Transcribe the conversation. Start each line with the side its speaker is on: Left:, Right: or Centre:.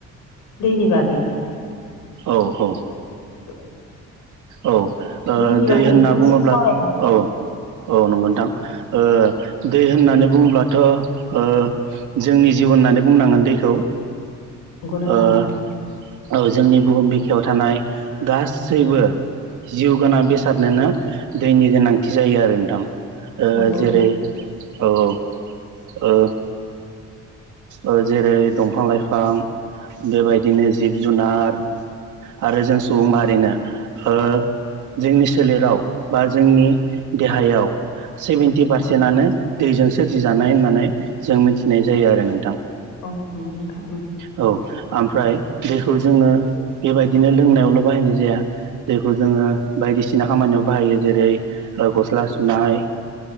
Left: दैनि बागै
Right: औ औ
Left: <inaudible>
Right: औ ओ
Left: दैनि
Right: दै
Left: बागैखौनो
Right: होनना बुङोब्ला
Left: जों सावरायनोसै
Right: औ औ नंगौ नोंथां ओ दै होननानै बुङोब्लाथ' ओ जोंनि जिउ होननानै बुंनांगोन दैखौ
Left: नंगौ‌ नोंथां‌
Right: ओ
Left: उम
Right: औ जोंनि बुहुम बिखायाव थानाय गासैबो जिउ गोनां बेसादनोनो दैनि गोनांथि जायो आरो नोंथां। औ
Left: नंगौ
Right: जेरै औ औ ओ ओ जेरै दंफां लाइफां बेबायदिनो जिब जुनार आरो जों सुबुं माहारिनो ओ जोंनि सोलेराव बा जोंनि देहायाव सेभेन्टि पारसेन्टआनो
Left: औ
Right: दैजों सोरजिजानाय होननानै जों मिथिनाय जायो आरो नोंथां
Left: औ औ नंगौ नोंथांं उम
Right: औ ओमफ्राय दैखौ जोङो बेबायदिनो लोंनायावल' बाहायनाय जाया दैखौ जोङो बायदिसिना खामानियाव बाहायो जेरै- अ गस्ला सुनाय